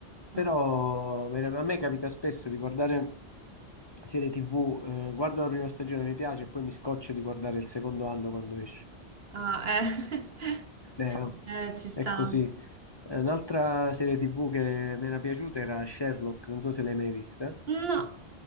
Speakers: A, on the right; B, on the left.
A: mm.
B: Però vera- a me capita spesso di guardare serie TV, eh, guardo la prima stagione, mi piace, e poi mi scoccio di guardare il secondo anno quando esce.
A: Ah, eh. <laughs>
B: Eh, no,
A: Eh, ci sta.
B: È così. Eh, Un'altra serie TV che mi era piaciuta era Sherlock, non so se l'hai mai vista.
A: No,